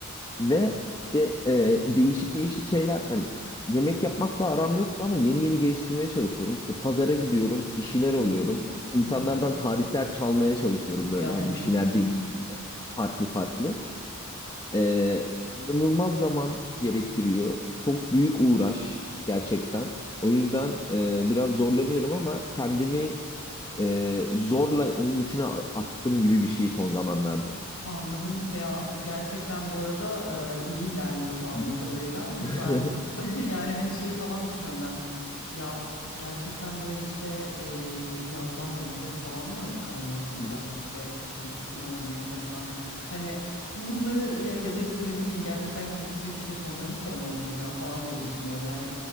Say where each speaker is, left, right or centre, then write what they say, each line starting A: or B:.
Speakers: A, on the left; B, on the left.
A: Ve işte e, değişik değişik şeyler yani yemek yapmakla aram yoktu ama yeni yeni geliştirmeye çalışıyorum. İşte pazara gidiyorum, bir şeyler alıyorum.
B: Hı hı.
A: İnsanlardan
B: Hı hı.
A: tarifler çalmaya çalışıyorum böyle
B: Ya müthiş.
A: hani bir şeyler deneyeyim diye. Farklı farklı. E, inanılmaz zaman gerektiriyor. Çok büyük uğraş gerçekten. O yüzden e, biraz zorlanıyorum ama kendimi e, zorla onun içine a- attım gibi bir şey son zamanlarda.
B: Anladım veya bu gerçekten bu arada e, iyi ilerliyorsun anladığım
A: Hı
B: kadarıyla. Çünkü
A: hı.
B: ben
A: <laughs>
B: <laughs> yani hani şeyi falan düşünüyorum ya. Ya gerçekten böyle işte e, yazdan domates falan mı kavanoz diyeceğim
A: Hı hı.
B: işte kışın kullanabilmek adına. Hani bunları ya, ya da işte ne bileyim gerçekten kemik suyu pişirip onları mı kavanoz diyeceğim falan diye düşünüyorum. Yani